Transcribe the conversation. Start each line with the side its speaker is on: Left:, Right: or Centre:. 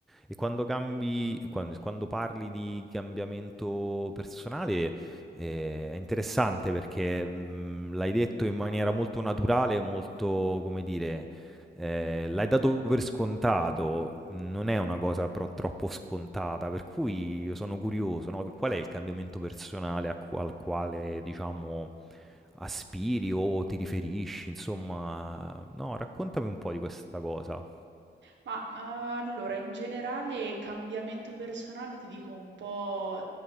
Centre: e quando cambi, quan- quando, parli di cambiamento personale, eh, è interessante perché mh, l'hai detto in maniera molto naturale, molto, come dire, eh, l'hai dato per scontato, non è una cosa pro- troppo scontata, per cui io sono curioso, no? Qual è il cambiamento personale a cu- al quale, diciamo aspiri o ti riferisci, insomma, no, raccontami un po' di questa cosa.
Right: Ma, ma allora, in generale, cambiamento personale ti dico un po'